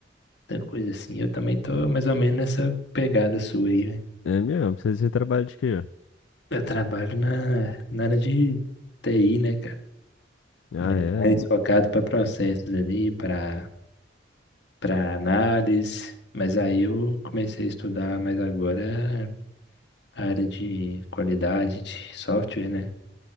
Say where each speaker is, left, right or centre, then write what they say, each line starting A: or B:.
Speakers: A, on the left; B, on the left.
A: tanta coisa assim. Eu também tô mais ou menos nessa pegada sua aí.
B: É, é mesmo, você, você trabalha de quê?
A: Eu trabalho na, na área de TI, né, cara?
B: Ah,
A: Mas
B: é.
A: mais focado para processos ali, para para análise. Mas aí eu comecei a estudar mais agora a área de qualidade de software, né?